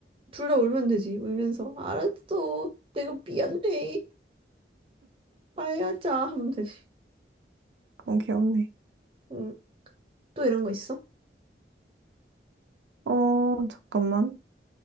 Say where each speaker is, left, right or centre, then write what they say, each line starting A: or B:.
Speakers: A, on the right; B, on the right.
A: 둘 다 울면 되지, 울면서. 알았어. 내가 미안해. 아야자. 하면 되지.
B: 그건 귀엽네.
A: 음, 또 이런 거 있어?
B: 어, 잠깐만.